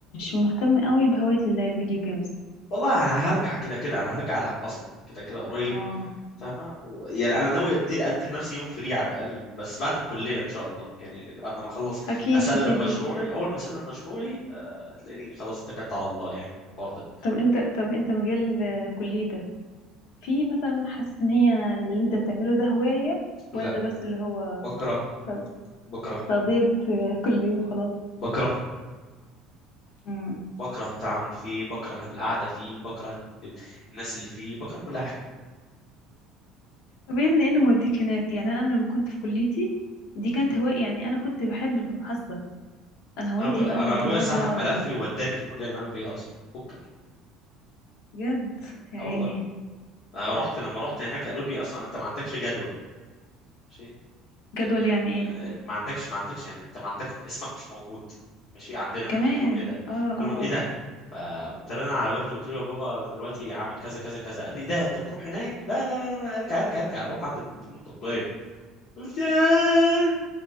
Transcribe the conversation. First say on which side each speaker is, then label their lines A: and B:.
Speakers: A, on the left; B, on the left.
A: مهتم قوي بهواية ال- الفيديو جيمز
B: والله انا هرجع كده كده انا هرجع العب اصلا كده كده قريب
A: اه
B: فاهمه و- يعني انا ناوي ادي ادي لنفسي يوم فري على الاقل بس بعد الكليه ان شاء الله يعني بعد ما اخلص
A: اكيد
B: اسلم
A: اكيد
B: مشروعي اول ما اسلم مشروعي آه، تلاقيني خلاص اتكلت على الله يعني في الحوار ده
A: طب انت طب انت مجال آه، كليتك في مثلا حاسس ان هي اللي انت بتعمله ده هواية ولا
B: لا
A: بس اللي هو
B: بكره
A: ت-
B: بكره
A: تقضية آه، كلية وخلاص
B: بكره
A: مم.
B: بكره التعامل فيه بكره القعده فيه بكره الت- الناس اللي فيه بكره كل حاجه
A: طب يا ابني ايه اللي موديك هناك يعني انا أنا لما كنت في كليتي دي كانت هواية يعني انا كنت بحب المحاسبة انا هوايتي
B: انا أبو... انا
A: بقى الرياضة
B: ابويا سحب ملفي
A: وال
B: ووداني في الكليه اللي انا فيها اصلا فكك
A: بجد يا
B: اه
A: عيني
B: والله انا رحت لما رحت هناك قالوا لي اصلا انت ما عندكش جدول ماشي
A: جدول
B: قلت لهم،
A: يعني
B: يعني
A: ايه
B: ما عندكش ما عندكش يعني انت ما عندك اسمك مش موجود ماشي عندنا
A: كمان
B: فقلت لهم ايه ده
A: اه اه
B: قلت لهم ايه ده
A: اه
B: فقمت رن على والدي قلت له يا بابا انا دلوقتي عامل كذا كذا كذا قال لي ايه ده انت بتروح هناك لا لا لا لا ارجع ارجع ارجع روح عند الفنون التطبيقيه قلت ياه